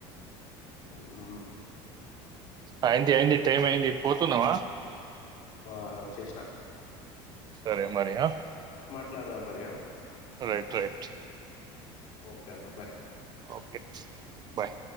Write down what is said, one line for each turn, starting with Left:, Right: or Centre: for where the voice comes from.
Left: ఉమ్.
Right: అయింది అయింది టైమ్ అయింది పోతున్నావా.
Left: ఆహ్ వచ్చేస్నా.
Right: సరే మరి ఆహ్.
Left: మాట్లాడాదాం మరియ.
Right: Right right.
Left: ఓకే అన్న బాయ్.
Right: Okay bye.